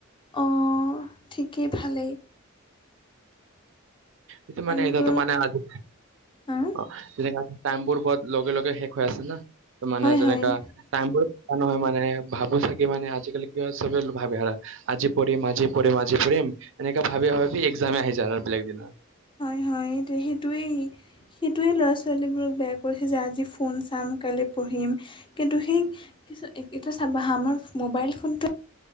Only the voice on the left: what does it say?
অ, ঠিকেই ভালেই।
আমিতো
হা
হয়
হয়
হয় হয় সেইটোয়েই সেইটোৱে ল'ৰা-ছোৱালীবোৰক বেয়া কৰিছে যে আজি ফোন চাম কাইলৈ পঢ়িম। কিন্তু সেই কি, এটো চাবা হা আমাৰ মোবাইল ফোনটো